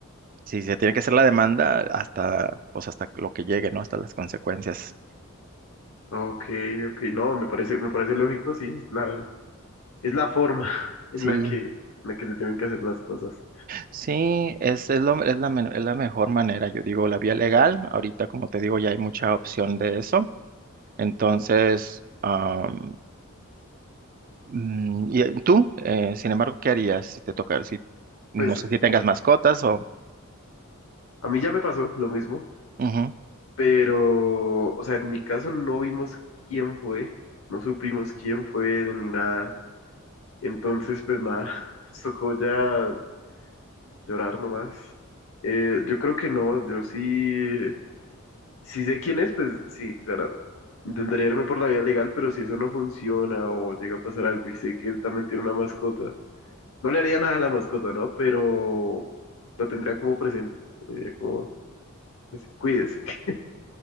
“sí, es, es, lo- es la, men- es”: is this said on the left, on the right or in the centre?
Right